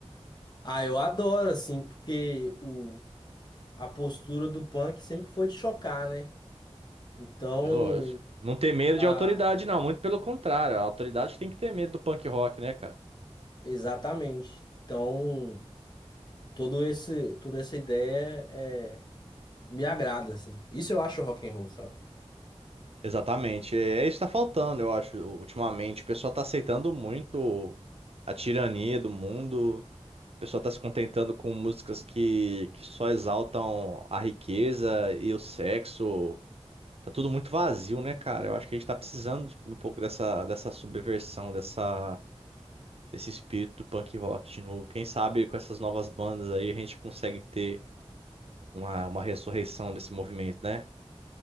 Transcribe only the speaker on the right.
É lógico. Não ter medo
de autoridade, não. Muito pelo contrário, a autoridade tem que ter medo do punk rock, né, cara?
Exatamente. É é isso que tá faltando, eu acho, ultimamente. O pessoal tá aceitando muito a tirania do mundo. O pessoal tá se contentando com músicas que, que só exaltam a riqueza e o sexo. Tá tudo muito vazio, né, cara? Eu acho que a gente tá precisando de um pouco dessa, dessa subversão, dessa, desse espírito do punk rock de novo. Quem sabe com essas novas bandas aí a gente consegue ter uma, uma ressurreição desse movimento, né?